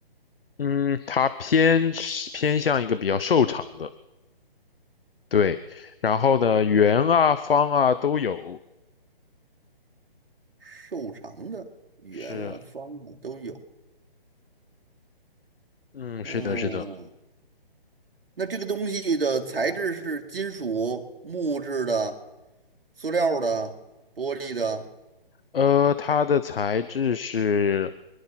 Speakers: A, on the left (about 70°); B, on the right (about 70°).
A: 嗯，它偏是偏向一个比较瘦长的，对，然后呢，圆啊、方啊都有，
B: 瘦长的？圆啊，
A: 是，
B: 方啊都有。
A: 嗯，
B: 嗯，
A: 是的，是的，
B: 那这个东西的材质是金属、木质的、塑料的、玻璃的，
A: 呃，它的材质是